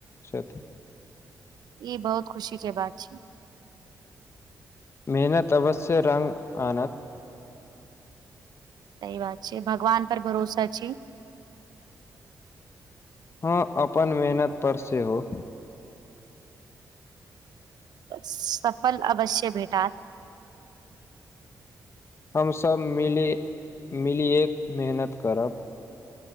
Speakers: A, on the left; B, on the right.
A: छथि।
B: ई बहुत खुशी के बात छी।
A: मेहनत अवश्ये रङ्ग आनत।
B: सही बात छै, भगवान पर भरोसा छी।
A: हँ, अपन मेहनत पर सेहो।
B: सफल अवश्य भेटत।
A: हमसभ मिली, मिलिए कऽ मेहनत करब।